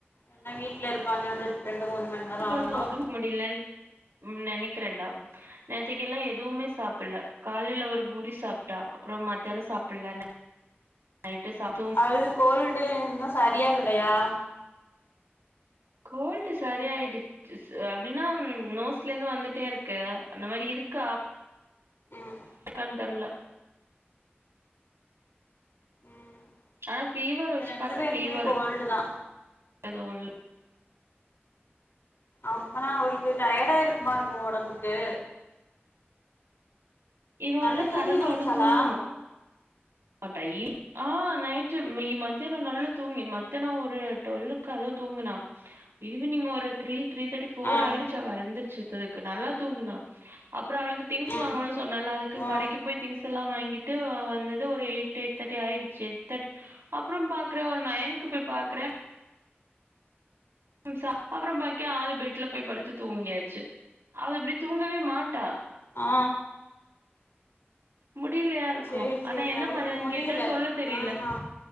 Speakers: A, on the left; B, on the right.
A: என்ன வீட்லயிருப்பாங்க அந்த ரெண்டு மூணு மண் நேரோ
B: இ ப்ப
A: அவ்ளோதா
B: வந்து ஒடம்புக் முடிலன் நெனைக்கிறேன்டா நேத்திக்கிலா எதுவுமே சாப்புல்ல காலேல ஒரு பூரி சாப்ட்டா அப்பறோ மத்யானோ சாப்புட்ல நைட்டு சாப்
A: அது கோல்டு இன்னோ சரியாகலையா
B: கோல்டு சரி ஆய்டு சு அப்டின்னா நோஸ்லந்து வந்துட்டேயிருக்கு அந்த மாரியிருக்கா
A: ம்
B: இருக்கான் தெர்ல
A: ம்
B: ஆனா ஃபீவர்
A: இங்க
B: வச்சு
A: ரெண்டு
B: பாத்தா
A: பேருக்குமே
B: ஃபீவர்
A: கோல்டு தா
B: எதுவுயில்
A: அப்பனா அவளுக்கு டயடா இருக்குமா இருக்கு ஒடம்புக்கு
B: இவ
A: நல்லா
B: வந்து
A: தூங்கி
B: சடனா
A: முழிச்சாளா
B: ஒண்ணு தூங்க மா மாட்டாயி ஆ நைட்டு இ மத்தியானோ நல்லா தூங்கி மத்தியானோ ஒரு டுவெல்க்கு அதுவு தூங்குனா ஈவினிங் ஒரு த்ரீ த்ரீ தேர்ட்டி ஃபோர்
A: ஆ
B: ஆய்றுச்சு அவ எழ்ந்துருச்சுபுதுக்கு நல்லா தூங்குனா அப்பறோ அவளுக்கு திங்ஸ்
A: ம்
B: வாங்கணு சொன்னல அதுக்கு
A: ஆ
B: கடைக்கு போய் திங்ஸ் எல்லா வாங்கிட்டு வ வந்து இது ஒரு எய்ட் எய்ட் தேர்ட்டி ஆயிடுச்சு எய்ட் தேர்ட்டி அப்பறோ பாக்குறே ஒரு நயனுக்கு போய் பாக்குறே ம் சா அப்பறோ பாக்கே ஆள் பெட்ல போய் படுத்து தூங்கியாச்சு அவ அப்டி தூங்கவே மாட்டா
A: ஆ
B: முடிலயாரு க்கு
A: சேரி
B: ஆனா
A: சேரி
B: என்ன
A: அவளுக்கு
B: பண்ணதுன்
A: முடியல
B: கேட்டா சொல்ல தெரில
A: ஆமா